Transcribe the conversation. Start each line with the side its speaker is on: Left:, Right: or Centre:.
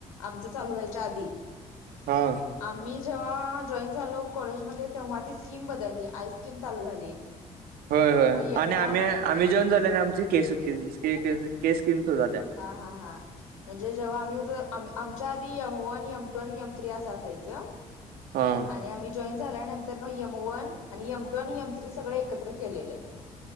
Left: आमचं चालू व्हायच्या आधी
Right: हा.
Left: आम्ही जेव्हा जॉईन झालो कॉलेजमध्ये तेव्हा ती स्कीम बदलली. आईस्क्रीम चालू झाली.
Right: होय, होय
Left: मग यम
Right: आणि आम्हीही
Left: वन
Right: जॉईन झाल्या आची केस केस स्कीम सुरू झाल्या.
Left: हा. हा. हा. म्हणजे जेव्हा आम्ही उ आमच्या आधी यम वन, यम टु आणि यम <inaudible> त्रि अस असायचं.
Right: हा.
Left: आणि आम्ही जॉईन झाल्यानंतर म यम वन आणि यम टू आणि एम थ्री सगळं एकत्र केलेलं,